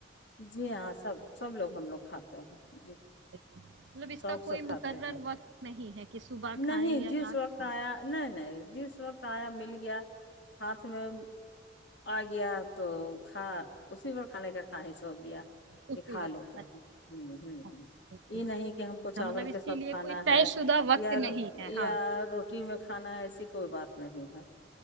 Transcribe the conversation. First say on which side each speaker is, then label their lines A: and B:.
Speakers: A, on the left; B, on the right.
A: جی ہاں سب سب لوگ ہم لوگ کھاتے ہیں جی
B: مطلب اس
A: شوق
B: کا
A: سے
B: کوئی
A: کھاتے
B: مقرر
A: ہیں
B: وقت نہیں ہے کہ صبح کھائیں
A: نہیں
B: یا
A: جس
B: رات
A: وقت
B: کھائیں
A: آیا نہیں نہیں جس وقت آیا مل گیا ہاتھ میں آ گیا تو کھا اسی وقت کھانے کا خواہش ہو گیا
B: اسی
A: کہ کھا
B: وقت
A: لیتے ہیں ہ ہ
B: کھائیں
A: یہ نہیں کہ ہم کو
B: اچھا
A: چاول
B: مطلب اس
A: کے ساتھ
B: لیے
A: کھانا
B: کوئی طے
A: ہے
B: شدہ وقت
A: یا
B: نہیں ہے
A: یا
B: ہاں
A: روٹی میں کھانا ہے ایسی کوئی بات صحی ہے